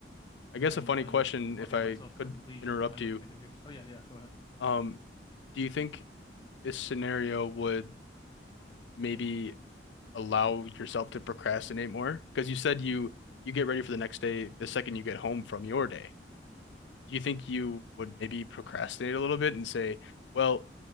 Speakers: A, on the left; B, on the left.
A: I guess
B: and
A: a funny
B: then
A: question,
B: I'll
A: if
B: give
A: I
B: myself
A: could
B: some leisure
A: interrupt
B: time,
A: you.
B: like video games. Oh yeah, yeah, go ahead.
A: Um, do you think this scenario would maybe allow yourself to procrastinate more? Because you said you you get ready for the next day the second you get home from your day. Do you think you would maybe procrastinate a little bit and say, well,